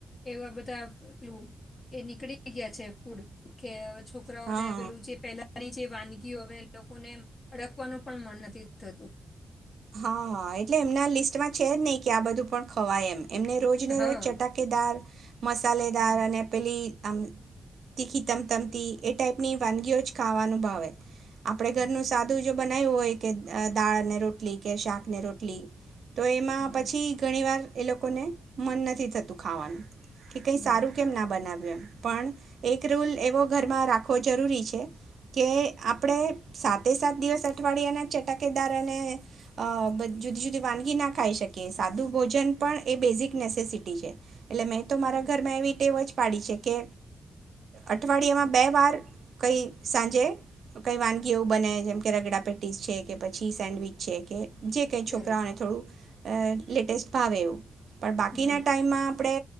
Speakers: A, on the left; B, on the right.
A: એવા બધા <unintelligible> એ નીકળી ગયા છે ફૂડ કે. છોકરાઓને
B: હા
A: પહેલાની જે વાનગીઓ હવે લોકોને અડકવાનું પણ મન નથી થતું.
B: હા, હા એ. એટલે એમના લિસ્ટમાં છે જ નહીં કે આ બધું પણ ખવાય એમ. એમને રોજને
A: હા
B: રોજ ચટાકેદાર મસાલેેદાર
A: હા
B: અને પેલી તા તીખી તમતમતી એ ટાઈપની વાનગીઓ જ ખાવાનું ભાવે. આપડે
A: બરા
B: ઘરનું સાદું બનાવ્યું હોય કે દાળ અને રોટ લી કે શાકને રોટલી. તો એમાં
A: હમ
B: પછી ઘણી વાર એ લોકોને મન નથી થતું ખાવાનું. કે કઈ
A: બરા
B: સારું કેમ ના બનાવે. પણ એક રૂલ એવો ઘરમાં રાખવો જરૂરી છે કે આપણે સાતે સાત દિવસ અઠવાડિયાના ચટાકેદાર અને અ જુદી જુદી વાનગી ના ખાઈ શકી સાદું ભોજન પણ એ બેઝિક નેસિટી છે. એટલે મેં તો મારા
A: બરા
B: ઘર મે આવી તેટેવ જ પાડી છે કે અઠવાડિયામાં બે વાર કઈ સાંજે કઈ વાનગી એવું બને જેમ કે રગડા પેટીસ છે કે પછી સેન્ડવીચ જે કે. જે કં
A: બરાબર
B: છોકરા હ થોડું લેટેસ્ટ પાાવ એવ પણ બાકીના
A: હમ
B: ટાઈમમાં આપણે